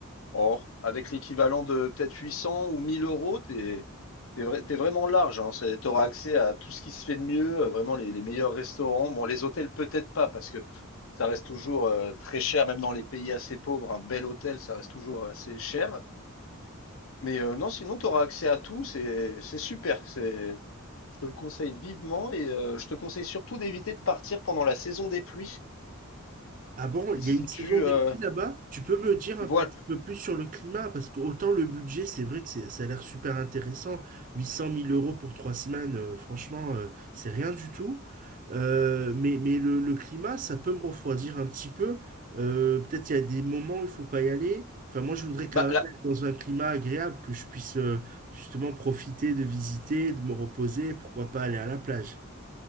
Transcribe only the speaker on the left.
oh, avec l'équivalent de peut-être 800 ou 1000 euros, t'es, t'es, vra- t'es vraiment large. Hein, C'est- t'auras accès à tout ce qui se fait de mieux, euh, vraiment les, les meilleurs restaurants. Bon, les hôtels peut-être pas, parce que ça reste toujours euh, très cher, même dans les pays assez pauvres, un bel hôtel, ça reste toujours euh, assez cher. Mais euh, non, sinon, tu auras accès à tout, c'est c'est super. C'est, je te le conseille vivement et euh, je te conseille surtout d'éviter de partir pendant la saison des pluies.
qui
se
situe
euh,
voilà,
bah
là,